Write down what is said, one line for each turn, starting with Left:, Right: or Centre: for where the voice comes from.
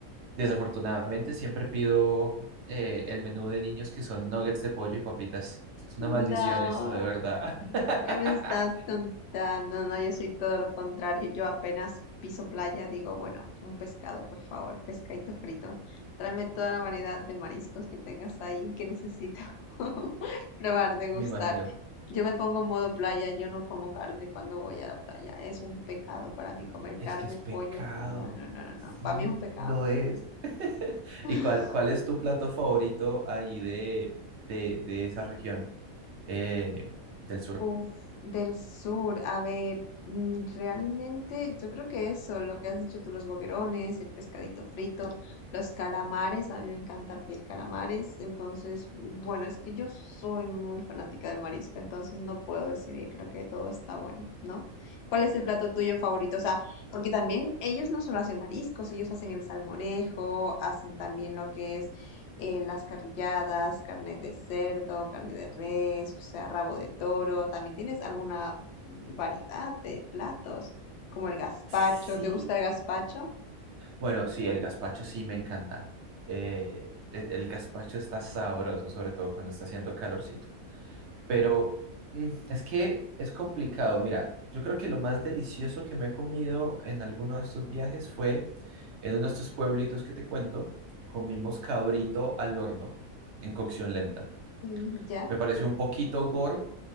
Right: Desafortunadamente siempre pido eh, el menú de niños que son nuggets de pollo y papitas. Es una
Left: No.
Right: maldición esto, de verdad. <laughs>
Left: ¿Qué me estás contando? No, no, yo soy todo lo contrario. Yo apenas piso playa, digo, bueno, un pescado, por favor, pescadito frito. Tráeme toda la variedad de mariscos que tengas ahí que necesito <laughs> probar, degustar.
Right: Me imagino.
Left: Yo me pongo en modo playa, yo no como carne cuando voy a la playa. Es un pecado para mí comer carne,
Right: Es que es pecado.
Left: pollo. No, no, no, no, no.
Right: Sí,
Left: Para mí es un pecado.
Right: lo es.
Left: <laughs>
Right: ¿Y cuál, cuál es tu plato favorito ahí de, de, de esa región eh, del sur?
Left: Uf, del sur, a ver, mm, realmente yo creo que eso, lo que has dicho tú, los boquerones, el pescadito frito, los calamares, a mí me encanta piel calamares, entonces, bueno, es que yo soy muy fanática del marisco, entonces no puedo decidir, creo que todo está bueno, ¿no? ¿Cuál es el plato tuyo favorito? O sea, porque también ellos no solo hacen mariscos, ellos hacen el salmorejo, hacen también lo que es eh, las carrilladas, carne de cerdo, carne de res, o sea, rabo de toro. También tienes alguna variedad de platos, como el gazpacho.
Right: Sí.
Left: ¿Te gusta el gazpacho?
Right: Bueno, sí, el gazpacho sí me encanta. Eh, el el gazpacho está sabroso, sobre todo cuando está haciendo calorcito. Pero mm, es que es complicado. Mira, yo creo que lo más delicioso que me he comido en alguno de estos viajes fue en uno de estos pueblitos que te cuento, comimos cabrito al horno en cocción lenta.
Left: Mm, ya,
Right: Me pareció un poquito gore,